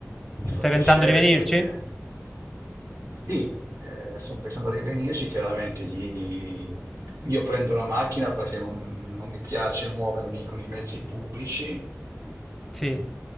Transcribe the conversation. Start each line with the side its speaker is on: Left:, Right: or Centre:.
Right: mi fa
Centre: Stai
Right: piacere
Centre: pensando di venirci?
Right: perché sì, eh, sto pensando di venirci, chiaramente di- io prendo la macchina perché non, non mi piace muovermi con i mezzi pubblici
Centre: Sì.